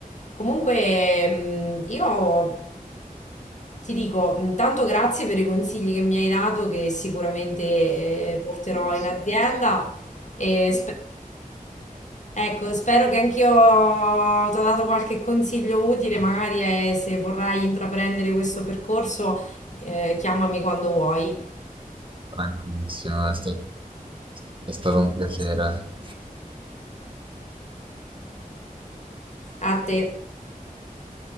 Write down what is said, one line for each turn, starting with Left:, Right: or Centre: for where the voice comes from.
Left: Comunque, mh, io ti dico, intanto grazie per i consigli che mi hai dato, che sicuramente eh, porterò in azienda. E spe- ecco, spero che anch'io ti ho dato qualche consiglio utile, magari eh, se vorrai intraprendere questo percorso, eh, chiamami quando vuoi.
Right: Bravissima, è sta- è stato un piacere.
Left: A te.